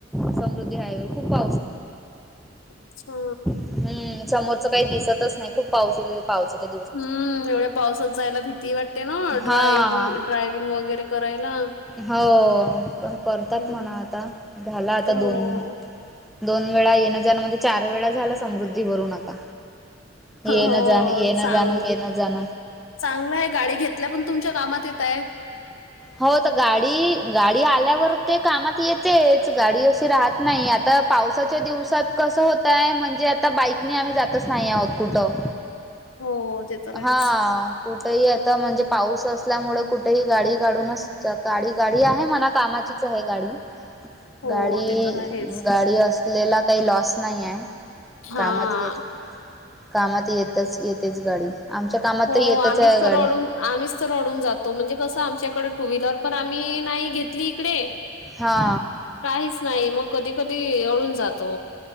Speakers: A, in the centre; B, on the left.
A: समृद्धी हाईवेवर, खूप पा
B: अच्छा!
A: हम्म! समोरच काही दिसतच नाही, खूप पाऊस य पावसाच्या
B: हम्म! एवढ्या पावसात जायला भीती वाटते ना, ड्राव
A: हा
B: ड्रायविंग वगैरे करायला.
A: हो, पण करतात
B: हं,
A: म्हणा आता, झाला आता
B: हो.
A: दोन दोन वेळा येणं जाण, म्हणजे चार वेळा झाल समृद्धीवररून आता. येन
B: हो,
A: जा येन
B: चांग
A: जाण, येन जाण
B: चांगलं हाय, गाडी घेतल्या पण तुमच्या कामात येतय.
A: हो, तर गाडी गाडी आल्यावर ते कामात येतेच, गाडी अशी राहत नाही, आता पावसाच्या दिवसात कसं होतय, म्हणजे आता बाईकने आम्ही जातच नाही आहोत कुठं
B: <inaudible> ते तर आहेच.
A: हा, कुठेही आता म्हणजे, पाऊस असल्यामुळे कुठेही गाडी गाडूनच, गाडी गाडी आहे म्हणा, कामाचीच आहे गाडी.
B: हो,
A: गाडी
B: ते तर आहेच.
A: गाडी असलेला काही लॉस नाही हाय.
B: हां.
A: कामात येत कामात येतच येत तेच गाडी, आमच्या कामात
B: हो,
A: तर येतच
B: आम्हीच
A: आहे
B: तर
A: गाडी.
B: रडून आम्हीच तर रडून जातो, म्हणजे कसं आमच्याकडे टू व्हीलर पण आम्ही नाही घेतली इकडे
A: हा.
B: काहीच नाही, मग कधी कधी <unintelligible> जातो,